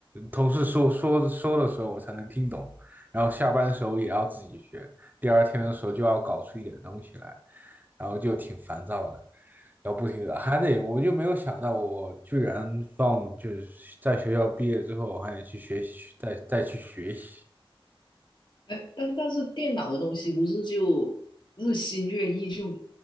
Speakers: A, on the right; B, on the left.
A: 同事说说说的时候我才能听懂，然后下班的时候也要自己学，第二天的时候就要搞出一点东西来，然后就挺烦躁的，要不停的还得，我就没有想到我居然放就是在学校毕业之后还得去学习，再再去学习，
B: 哎，但但是电脑的东西不是就日新月异，就